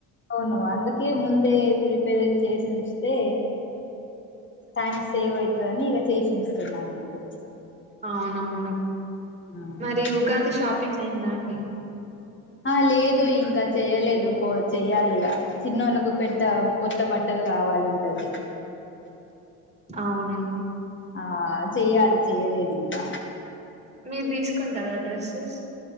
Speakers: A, on the left; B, on the right.
A: అవును అందుకే ముందే ప్రిపేర్ చేసి ఉంచితే టైమ్ సేవ్ అవుతదని ఇగ చేసి ఉంచుతున్న అన్నటు
B: అవునవును
A: అవును
B: మరి ఉగాది షాపింగ్ అయిందా అండి
A: ఆ లేదు ఇంకా చెయలేదు కో చెయాలిగా చిన్నోళ్ళలకు పెద్ద కొత్త బట్టలు రావాలి ఉంటది
B: అవును
A: ఆ చెయ్యాలి చెయలేదు ఇంకా.
B: మీరు తీసుకుంటారా డ్రెస్సెస్?